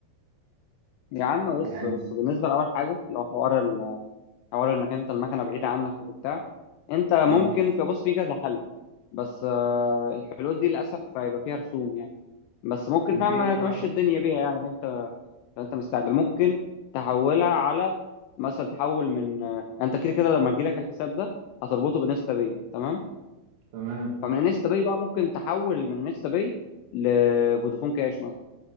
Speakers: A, on the left; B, on the right.
A: يا عم بص
B: يعني
A: بص بالنسبه لاول حاجه لو حوار ال... حوار انك انت المكنه بعيده عنك وبتاع انت ممكن
B: اه
A: في بص في كذا حل بس آه، الحلول دي للاسف هيبقى فيها رسوم يعني بس ممكن
B: اللي
A: فاهم
B: هي ايه
A: تمشي
B: بقى
A: الدنيا بيها يعني فانت مستعجل ممكن تحولها على مثلا تحول من آه، انت كده كده لما تجيلك الحساب ده هتربطه بانستا باي تمام
B: تمام
A: فمن انستا باي بقى ممكن تحول من انستا باي لفودافون كاش مثلا